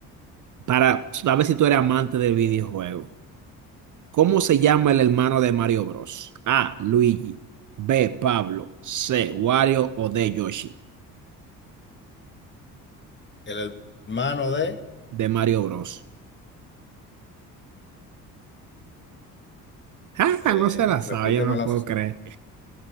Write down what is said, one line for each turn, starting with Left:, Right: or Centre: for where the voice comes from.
Right: Para, a ver si tú eres amante de videojuegos. ¿Cómo se llama el hermano de Mario Bros? A. Luigi. B. Pablo. C. Wario o D. Yoshi.
Left: El hermano de,
Right: De Mario Bros. <laughs>
Left: eh,
Right: Ah, no se la sabe,
Left: repíteme
Right: yo no lo
Left: las,
Right: puedo
Left: op-
Right: creer.